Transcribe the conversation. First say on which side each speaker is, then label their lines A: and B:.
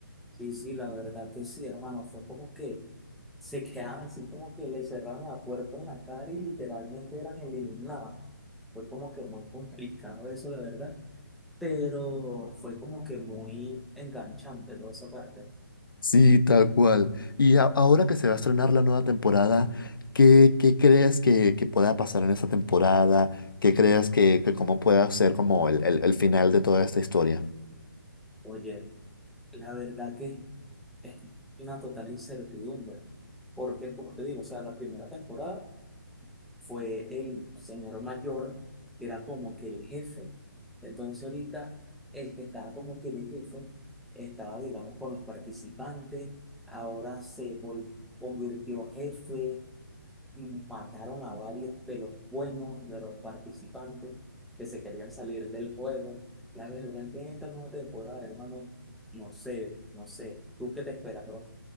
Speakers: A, in the centre; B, on the left.
A: sí sí, la verdad que sí, hermano, fue como que se quedaban así como que le cerraron la puerta en la cara y literalmente eran eliminados. Fue como que muy complicado eso, la verdad. pero fue como que muy enganchante toda esa parte.
B: Sí, tal cual. Y a- ahora que se va a estrenar la nueva temporada, ¿qué, qué crees que, que pueda pasar en esta temporada? ¿Qué crees que, que cómo pueda ser como el, el el final de toda esta historia?
A: Oye, la verdad que es una total incertidumbre, porque como te digo, o sea, la primera temporada fue el señor mayor que era como que el jefe. Entonces ahorita el que estaba como que el jefe estaba, digamos, con los participantes, ahora se vol- convirtió jefe, y mataron a varios de los buenos, de los participantes que se querían salir del juego. La verdad que en esta nueva temporada, hermano, no sé, no sé, ¿tú qué te esperas, bro?